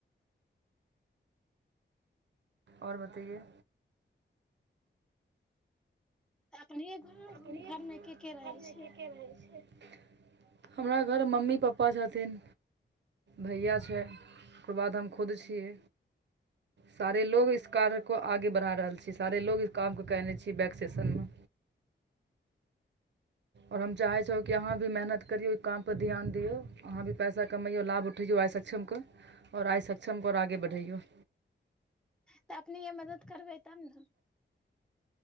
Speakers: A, on the right; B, in the centre.
A: और बतइए
B: अपने घर
A: <unintelligible>
B: घर मे के के रहे छै
A: हमरा घर मम्मी पापा पपा छथिन भैया छै ओकर बाद हम खुद छियै सारे लोग इस कार्य को आगे बढ़ा रहल छी सारे लोग काम के केने छी बैक सेशन मे ओर हम चाहै छि कि अहाँ भी मेहनत करियौ ओ कामपर ध्यान दियौ अहाँ भी पैसा कमैयऔ लाभ उठैयऔ आइ सक्षमके और आइ सक्षमके और आगे बढ़ैयऔ
B: तऽ अपने य मदद करबै तब ने